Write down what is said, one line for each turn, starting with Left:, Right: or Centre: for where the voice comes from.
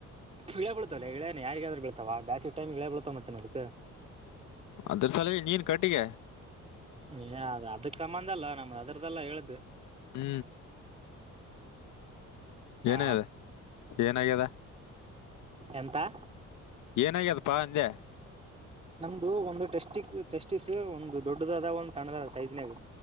Right: ಇಳೆ ಬಳಳ್ತವಲ್ಲ ಇಳೇ ಯಾರಿಗಾದ್ರರು ಬೀಳ್ತಾವ ಬಾಸ ಟಮಗೆಳ ಬಳತಾವ ಮತ್ತೆ ನ ಅದಕ್
Left: ಅದರ ಸಲ ನೀನ ಕಟ್ಟಿಗ
Right: ಏ ಅದ ಅದಕ ಸಂಬಂಧ ಅಲ್ಲ ಅದರ್ದಲ್ಲ ಹೇಳಿದ್ದು
Left: ಹು
Right: ಹಾ
Left: ಏನದ ಏನಗ್ಯಾದ
Right: ಎಂತಾ
Left: ಏನಾಗ್ಯದಪ್ಪಾ ಅಂದೆ
Right: ಇದು ಒಂದು ಟೆಸ್ಟಿ ಟೆಸ್ಟಿಸ್ ಒಂದು ದೊಡ್ಡದಾದ ಒಂದು ಸಣ್ಣದ ಸೈಜ್ ನಾಗ